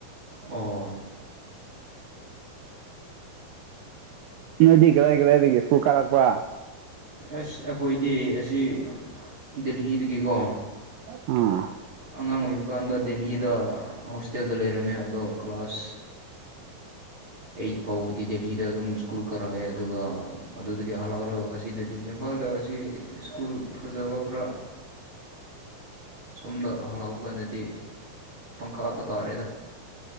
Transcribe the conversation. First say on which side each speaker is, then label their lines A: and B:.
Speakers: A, on the right; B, on the right.
A: ꯑꯣ
B: ꯉꯗꯤ ꯀꯗꯥꯏ ꯀꯗꯥꯏꯗꯤ ꯁꯨ ꯀꯥꯔꯛꯄ
A: ꯑꯁ ꯑꯩꯈꯣꯏꯗꯤ ꯑꯁꯤ ꯗꯜꯂꯤꯗꯒꯤꯀꯣ
B: ꯑꯥ
A: ꯑꯉꯥꯡ ꯑꯣꯏꯕ ꯀꯥꯟꯗ ꯗꯦꯍꯤꯗ ꯍꯣꯁꯇꯦꯜꯗ ꯂꯩꯔꯝꯃꯦ ꯑꯗꯣ ꯀ꯭ꯂꯥꯁ ꯑꯩꯠ ꯐꯥꯎꯕꯗꯤ ꯗꯦꯜꯂꯤꯗ ꯑꯗꯨꯝ ꯁ꯭ꯀꯨꯜ ꯀꯥꯔꯛꯑꯦ ꯑꯗꯨꯒ ꯑꯗꯨꯗꯨꯒꯤ ꯍꯜꯂꯛꯑꯣ ꯑꯁꯤꯗ ꯍꯥꯏꯗꯤ ꯏꯝꯐꯥꯜꯗ ꯑꯁꯤ ꯁ꯭ꯀꯨꯜ ꯐꯖꯕ ꯈꯔ ꯁꯣꯝꯗ ꯍꯜꯂꯥꯎꯕ ꯀꯥꯟꯗꯗꯤ ꯄꯪꯈꯥꯗ ꯀꯥꯔꯦꯗ